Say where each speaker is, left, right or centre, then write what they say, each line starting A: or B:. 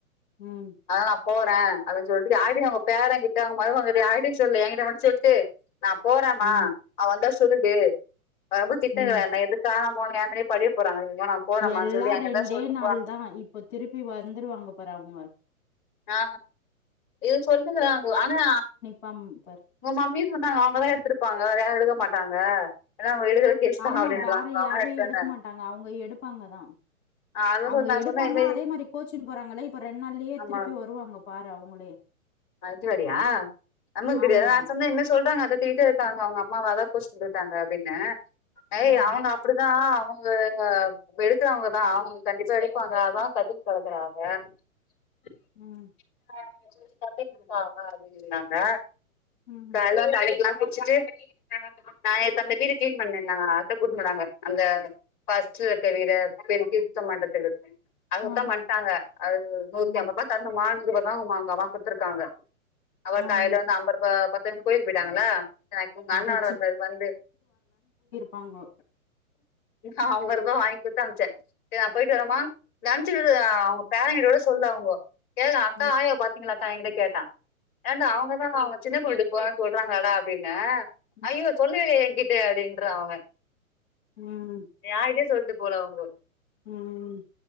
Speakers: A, on the left; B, on the left.
A: ம்
B: அதனால நா போற அப்டின் சொல்ட்டு யார்ட்டியு சொல்ல அவுங்க பேரங் கிட்ட அவுங்க மருமககிட்ட யார்ட்டியு சொல்ல எங்கிட்ட மட்டு சொல்ட்டு நா போறேமா
A: ம்
B: அவ வந்தா சொல்டு அவ ரொம்ப திட்றா
A: ம்
B: என்ன எது காண போன்னே ஏ மேலே பழிய போறாங்க வேணா போறேம்மான்னு
A: எல்லா
B: சொல்லிட்டு என்கிட்ட
A: ரெண்டே
B: சொல்ட்டு
A: நாள் தா இப்போ திருப்பி வந்துருவாங்க பாரு அவுங்க
B: ஆ இது சொல்னுகிறாங்கோ ஆனா
A: பம்ப்பர்
B: உங்க மம்மியு சொன்னாங்க அவுங்கதா எடுத்திருப்பாங்க வேற யாரு எடுக்க மாட்டாங்க ஏனா அவுங்க எடுக்கிற கேஸ் தா
A: ஆமா
B: அப்டின்றாங்க
A: வேற யார்ரையு
B: அவங்க எடுத்தாங்க
A: எடுக்க மாட்டாங்க அவுங்க எடுப்பாங்கதா
B: ஆ அதா
A: அவுங்க
B: சொல் நா
A: எடுப்பாங்க
B: சொன்னே இது
A: அதே மாரி கோச்சின் போறாங்களே இப்ப ரெண்ட் நாள்லயே
B: ஆமா
A: திருப்பி வருவாங்க பாரு அவுங்களே
B: அது வேறயா நமக்கு தெரியாது
A: ஆமா
B: நா சொன்ன என்ன சொல்றாங்க அத தூயிட்டு டாங்க அவுங்க அம்மாவதா கோச்சின் போய்ட்டாங்க அப்டின்ன ஏய்
A: ம்
B: அவுங்க அப்டிதா அவுங்க அவுங்க எடுக்கறவங்கதா அவுங்க கண்டிப்பா எடுப்பாங்க அதா கத்தின் கடக்குறா அவ <inaudible>
A: ம்
B: கத்தின் இருக்காங்க அப்டின்னாங்க
A: ம்
B: கால்ல தலைக்லா குள்ச்சிட்டு நா இப்ப அந்த வீடு கிளீன் பன்னன்னா அத்த கூட் போனாங்க அந்த ஃபஸ்ட்ல இருக்க வீட பெருக்கி சுத்த பன்றத்துக்கு அது சுத்த
A: ஆ
B: பண்ட்டாங்க அது நூத்தி
A: ம்
B: ஐம்பது ரூபா தர்னுமா நூறுபாதா அவுங்க அம்மா குத்துருக்காங்க அவரு
A: ஆ
B: கைல வந்து ஐம்பது ரூபா பத்தன் கோய்லுக்கு போயிட்டாங்களா <unintelligible> ஒங்க அண்ண
A: அத
B: வேற வந்தாரு வந்து
A: தாங்கோ
B: நா ஐம்பது ருபா வாங்கி குத்து அம்ச்ச செரி நா போயிட்டு வரமா நென்ச்சுகிட்டு அவுங்க பேரங்கிட் கூட சொல்ல அவுங்கோ கேக்கா அக்கா
A: ம்
B: ஆய்யா பாத் தா ஏங்கிட்ட கேட்டா ஏண்டா அவுங்கதா அவுங்க சின்ன பொண்ணூட்டுக்கு போறன் சொல்றாங்களடா அப்டின்ன
A: ம்
B: ஐயோ சொல்லவே இல்லே ஏங் கிட்ட அப்டின்றா அவ
A: ம்
B: யார்டியு சொல்டு போல அவுங்கோ
A: ம்